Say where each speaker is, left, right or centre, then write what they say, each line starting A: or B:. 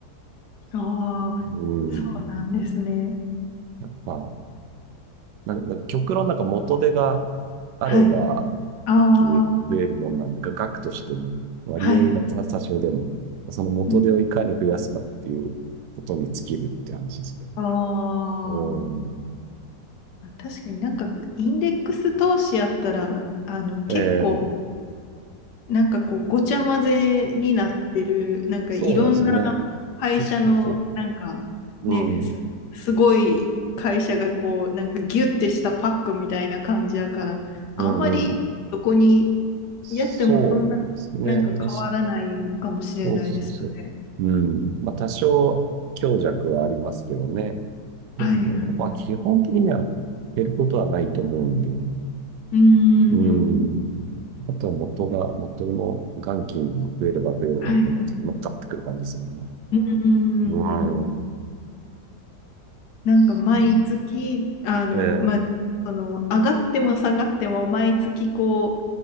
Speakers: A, on the left (about 75°); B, on the right (about 85°).
A: ああ、
B: うん。
A: そうなんですね。
B: やっぱ、なんなんか極論なんか元手があれば一気に増えるもんなんで、
A: はい。ああ、
B: が額としても割合が多少でも、
A: はい。
B: その元手をいかに増やすかっていうことに尽きるって話ですけどね。
A: うん、あ
B: うん。
A: まあ、確かになんかインデックス投資やったら、あの、結構、
B: ええ
A: なんかこう、ごちゃ混ぜになってる、なんかいろんな
B: そうなんですよね。
A: 会社のなんかねすすごい会社がこうなんかギュッてしたパックみたいな感じやからあんまりどこに
B: そうそうそう。うん。うんうん。そうですね。
A: やってもそんななんか変わらないかもしれないですよね。
B: たし、そうそうそう。うん。まあ多少強弱はありますけどね。でも、
A: はいはい。
B: まあ基本的には減ることはないと思うんで。
A: うー
B: うん。
A: ん。
B: あとは元が、元の元金が増えれば増えるほど、
A: はいは
B: この乗っかってくる感じですよね。
A: い。うーん。
B: うん。
A: なんか毎月あのまあその上がっても下がっても毎月こ
B: そうええ。